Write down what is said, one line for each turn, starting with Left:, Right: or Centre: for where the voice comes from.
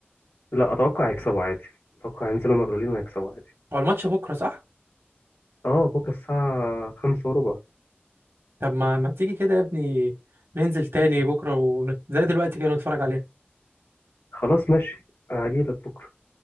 Left: لا اتوقع يكسبوا عادي اتوقع ينزلوا مبلولين ويكسبوا عادي
Right: هو الماتش بكره صح
Left: اه بكره الساعه خمسة وربع
Right: طب ما ما تيجي كده يا ابني ننزل تاني بكره ونت... زي دلوقتي كده نتفرج عليها
Left: خلاص ماشي هجيلك بكره